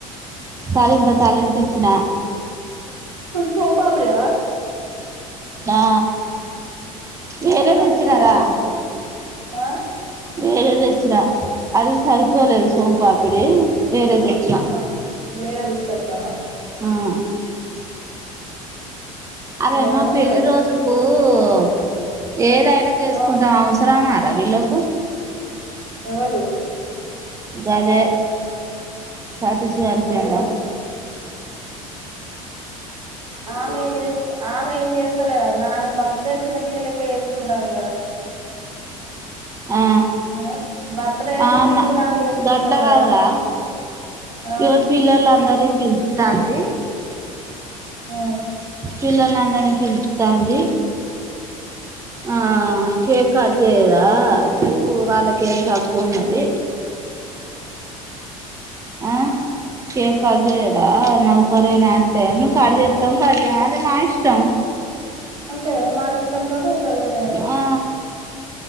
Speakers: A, on the right; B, on the right.
A: తలింత, తలింత ఇచ్చిన.
B: సొంపాపిడి గదా?
A: ఆ నేనే
B: అదే
A: తెచ్చినరా
B: నాకు ఇయ్యలేదా తీసుకొచ్చి ఆ
A: వేరే దెచ్చిన అది సరిపోలేదు సోంపాపిడి. వేరే తెచ్చిన
B: ఆ హా వేరేదిసు తెచ్చినవా
A: మ్మ్ అరే
B: ఏం
A: మా
B: వండుకున్నరు
A: పెండ్లి రోజుకూ కూ ఏదై న చేసుకుంటం
B: ఆ
A: అంసరమ రా వీళ్లకు
B: ఎవళు
A: గదే సతీష్ గాని పెండ్లం
B: ఎవలేమో ఆ మేం చే ఆమె ఏం చేస్తలేదట్నా, ఆమె బర్త్డే చిన్నపిల్లలెక్క చేసుకుంటాది కదా
A: ఆ
B: ఆమె బర్త్డే
A: ఆ
B: చిన్న
A: అన్న
B: పిల్లలాగా చేసుకుంటారు
A: గట్గ కాదురా
B: కదా ఆ
A: ఇగ పిల్లలందరి పిత్తాంది
B: ఆ
A: పిల్లల్ని అందరిని పిల్స్తాంది. ఆ కేక్ కట్ చేయదా, కేక్ వాళ్ళకి ఏం తక్కువ ఉన్నది. ఆ కేక్ కట్జేయదా నౌకరేనే అంటే, మేం కట్ చేత్తం కట్ చెయం అది మా ఇష్టం.
B: అంతే మనిష్టం తోటి <unintelligible>
A: ఆ